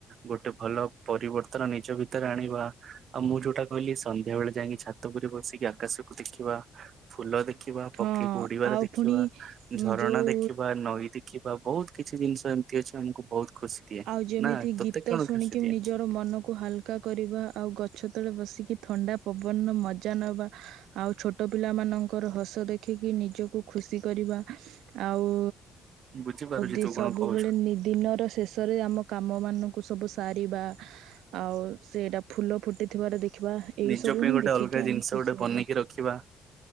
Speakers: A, on the right; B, on the right.
A: ଗୋଟେ ଭଲ ପରିବର୍ତ୍ତନ ନିଜ ଭିତରେ ଆଣିବା। ଆଉ ମୁଁ ଯୋଉଟା କହିଲି ସନ୍ଧ୍ୟା ବେଳେ ଯାଇକି ଛାତ ଉପରେ ବସିକି ଆକାଶକୁ ଦେଖିବା। ଫୁଲ ଦେଖିବା
B: ହଁ
A: ପକ୍ଷୀକୁ ଉଡିବାର
B: ଆଉ
A: ଦେଖିବା
B: ପୁଣି
A: ଝରଣା
B: ଯୋଉ
A: ଦେଖିବା ନଈ ଦେଖି କିିମ୍ଭା ବହୁତ କିଛି ଜିନିଷ ଏମିତି ଅଛି ଆମକୁ ବହୁତ ଖୁସି ଦିଏ
B: ଆଉ ଯେମିତି
A: ନା ତୋତେ
B: ଗୀତ
A: କଣ
B: ଶୁଣିକି
A: ଖୁସି ଦିଏ
B: ନିଜର ମନକୁ ହାଲକା କରିବା ଆଉ ଗଛ ତଳେ ବସିକି ଥଣ୍ଡା ପବନର ମଜା ନେବା ଆଉ ଛୋଟ ଛୋଟ ପିଲାମାନଙ୍କର ହସ ଦେଖିକି ନିଜକୁ ଖୁସି କରିବା ଆଉ
A: ବୁଝିପାରୁଛି
B: ଦି
A: ତୁ କଣ
B: ସବୁବେଳେ
A: କହୁଛୁ
B: ନିଦିନର ତ ରେ ଆମ କାମ ମାନଙ୍କୁ ସବୁ ସାରିବା ଆଉ ସେଟା ଫୁଲ ଫୁଟିଥିବାର ଦେଖ ଛୁଆ ଏଇ
A: ନିଜ
B: ସବୁ
A: ପାଇଁ
B: ହିଁ
A: ଗୋଟେ
B: ଦେଖିକି
A: ଅଲଗା ଜିନିଷ
B: ଆମେ ଖୁସି
A: ଗୋଟେ ବନେଇକି
B: ହେବ।
A: ରଖିବା